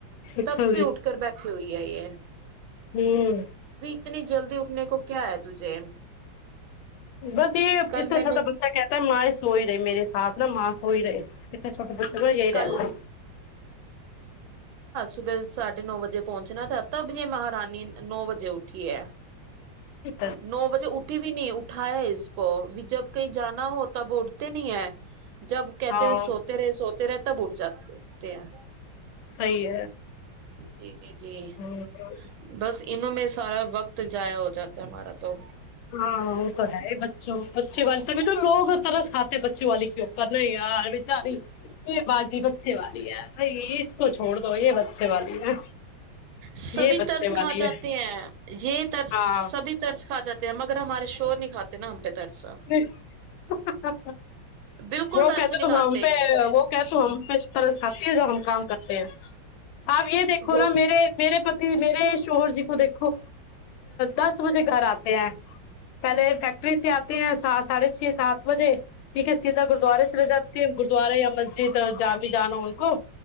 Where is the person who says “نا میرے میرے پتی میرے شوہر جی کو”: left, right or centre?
Left